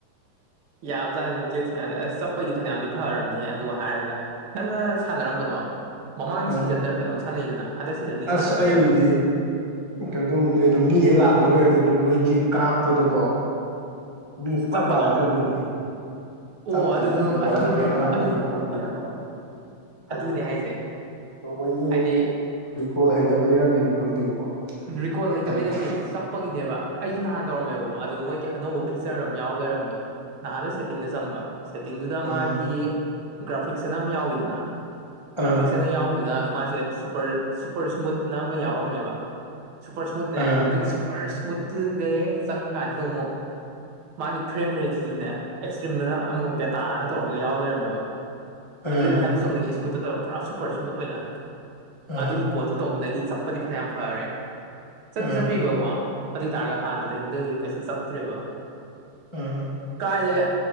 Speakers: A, on the right (about 80°); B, on the left (about 20°).
A: ꯌꯥꯝꯕꯖꯥꯠꯅꯤꯗ ꯒ꯭ꯂꯤꯁ ꯃꯌꯥꯝꯁꯦ ꯑꯁ ꯆꯠꯄꯩꯗꯤ ꯐꯩꯅꯌꯥꯝꯗꯤ ꯐꯔꯕꯅꯤꯍꯦ ꯑꯗꯨ ꯍꯥꯏꯔꯒ ꯅꯪꯅ ꯁꯥꯟꯅꯔꯝꯕꯗꯣ ꯃꯃꯥꯡ
B: ꯑ
A: ꯁꯤꯖꯟꯗꯔ ꯀꯩꯅꯣꯝ ꯁꯥꯟꯅꯩꯗꯅ ꯍꯟꯗꯛ ꯁꯤꯖꯟꯗꯤ
B: ꯑꯁ
A: ꯁꯥꯟꯅꯗ꯭ꯔꯦꯕ
B: ꯑꯩꯒꯤꯗꯤ ꯀꯩꯅꯣ ꯇꯧꯕꯅꯦ ꯑꯗꯨ ꯃꯤ ꯍꯦꯛ ꯂꯥꯛꯄꯒ ꯍꯦꯛꯇ ꯅꯣꯡꯃꯩꯁꯦ ꯀꯥꯞꯄꯗꯀꯣ ꯃꯤ ꯁꯨꯡ ꯄꯥꯜ
A: ꯆꯠꯄꯗꯣ
B: ꯄꯥꯜꯂꯛ ꯇꯔꯕꯅꯤꯅꯦꯍꯦ ꯆꯠꯛ
A: ꯑꯣ
B: <unintelligible>
A: ꯑꯗꯨꯁꯨ ꯑꯗꯨꯁꯨ
B: ꯄ
A: ꯑꯗꯨ
B: ꯐꯪꯗꯦꯕ ꯍꯥꯏꯗꯤ
A: ꯑꯗꯨꯅꯦ ꯍꯥꯏꯁꯦ
B: ꯅꯣꯡꯃꯩꯖꯦ
A: ꯍꯥꯏꯗꯤ
B: ꯔꯤꯀꯣꯜ ꯍꯩꯇꯕꯩꯔ ꯀꯩꯅꫭ ꯈꯪꯗꯦꯕꯀꯣ
A: ꯔꯤꯀꯣꯜ ꯍꯩꯇꯕꯩ
B: ꯍꯥꯏꯗꯤ
A: ꯅꯠꯇꯦ ꯆꯞ ꯄꯒꯤꯅꯦꯕ ꯑꯩꯁꯨ ꯅꯍꯥꯟ ꯇꯧꯔꯝꯃꯦꯕꯀꯣ ꯑꯗꯨꯗ ꯃꯣꯏꯒꯤ ꯑꯅꯧꯕ ꯐꯤꯆꯔ ꯑꯃ ꯌꯥꯎ ꯂꯩꯔꯝꯃꯦ ꯅꯍꯥꯟꯗꫭ ꯁꯦꯠꯇꯤꯡꯗ ꯆꯪꯕ ꯁꯦꯠꯇꯤꯡꯗꯨꯗ
B: ꯑꯥ
A: ꯃꯥꯒꯤ ꯒ꯭ꯔꯥꯐꯤꯛꯁꯑꯅ ꯑꯃ ꯌꯥꯎꯋꯤꯗꯅ ꯒ꯭ꯔꯥꯐꯤꯛꯁ
B: ꯑꯥ
A: ꯑꯅ ꯌꯥꯎꯕꯗꯨꯗ ꯃꯥꯁꯦ ꯁꯨꯄꯔ ꯁꯨꯄꯔ ꯏꯁꯃꯨꯠꯅ ꯑꯃ ꯌꯥꯎꯔꯝꯃꯦꯕ ꯁꯨꯄꯔ ꯏꯁꯃꯨꯠꯅꯦ
B: ꯑꯥ
A: ꯑꯗꯨꯒꯤ ꯁꯨꯄꯔ ꯏꯁꯃꯨꯠꯇꯨꯒ ꯆꯪꯉꯀꯥꯟꯁꯤꯗ ꯑꯃꯨꯛ ꯃꯥꯒꯤ ꯐ꯭ꯔꯦꯝ ꯔꯦꯠꯁꯤꯖꯨꯅꯦ ꯑꯦꯛꯁꯇ꯭ꯔꯤꯝꯅ ꯑꯃꯨꯛ ꯕꯦꯇꯥꯅ ꯇꯧꯔꯒ ꯌꯥꯎ ꯂꯩꯔꯝꯃꯦꯕ
B: ꯑꯥ
A: ꯑꯗꯨ ꯍꯥꯏꯗꯤ ꯆꯨꯝꯅꯒꯤ ꯏꯁꯃꯨꯠ ꯅꯠꯇꯕ ꯄꯨꯔꯥ ꯁꯨꯄꯔ ꯏꯁꯃꯨꯠ ꯑꯣꯏꯅ
B: ꯑꯥ
A: ꯑꯗꯨꯒꯤ ꯄꯣꯠꯇꯨ ꯇꯧꯕꯗꯒꯤꯗꯤ ꯆꯠꯄꯗꯤ ꯐꯅꯌꯥꯝ ꯐꯔꯦ ꯆꯠꯇꯤ
B: ꯑꯥ
A: ꯆꯠꯄꯤꯕꯀꯣ ꯑꯗꯨ ꯑꯣꯏ ꯇꯥꯔꯒ ꯍꯥꯟꯅꯗꯒꯤꯗꯩ ꯀꯩꯁꯨ ꯆꯥꯞꯇ꯭ꯔꯦꯕ
B: ꯎꯝ
A: ꯀꯥꯏꯗꯩ